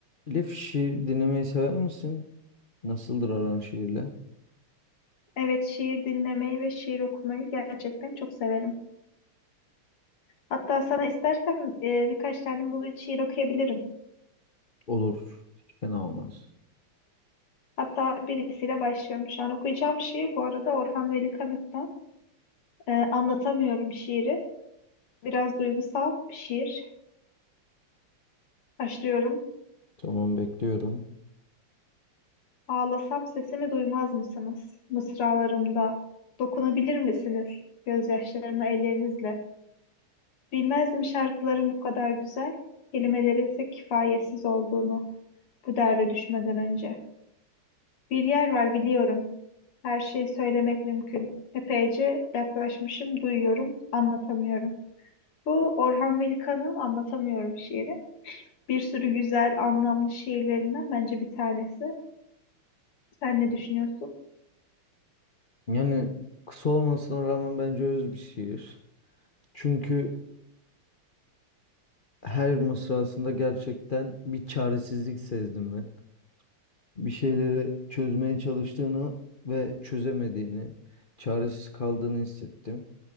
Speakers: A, on the left (about 50°); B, on the left (about 85°).
A: Elif şiir dinlemeyi sever misin? Nasıldır aran şiirle?
B: Evet, şiir dinlemeyi ve şiir okumayı gerçekten çok severim. Hatta sana istersen e, birkaç tane bugün şiir okuyabilirim.
A: Olur. Hiç fena olmaz.
B: Hatta birisiyle başlıyorum. Şu an okuyacağım şiir bu arada Orhan Veli Kanık'tan. E, anlatamıyorum şiiri. Biraz duygusal bir şiir. Başlıyorum.
A: Tamam bekliyorum.
B: Ağlasam sesimi duymaz mısınız? Mısralarımda. Dokunabilir misiniz? Gözyaşlarımı ellerinizle. Bilmezdim şarkıların bu kadar güzel, kelimelerinse kifayetsiz olduğunu bu derde düşmeden önce. Bir yer var biliyorum. Her şeyi söylemek mümkün. Epeyce yaklaşmışım, duyuyorum, anlatamıyorum. Bu Orhan Veli-Kanık'ın Anlatamıyorum şiiri. Bir sürü güzel, anlamlı şiirlerinden bence bir tanesi. Sen ne düşünüyorsun?
A: Yani kısa olmasına rağmen bence öz bir şiir. Çünkü her mısrasında gerçekten bir çaresizlik sezdim ben. Bir şeyleri çözmeye çalıştığını ve çözemediğini, çaresiz kaldığını hissettim.